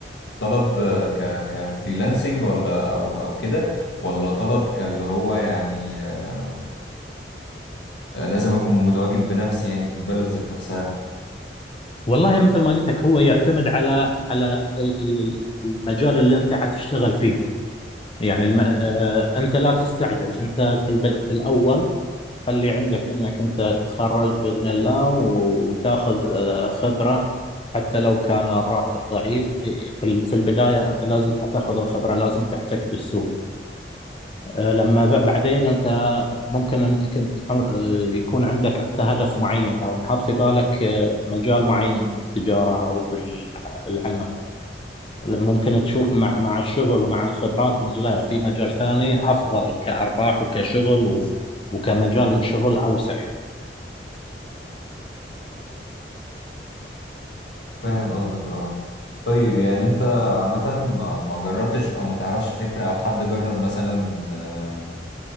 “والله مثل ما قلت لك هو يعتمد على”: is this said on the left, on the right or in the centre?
Left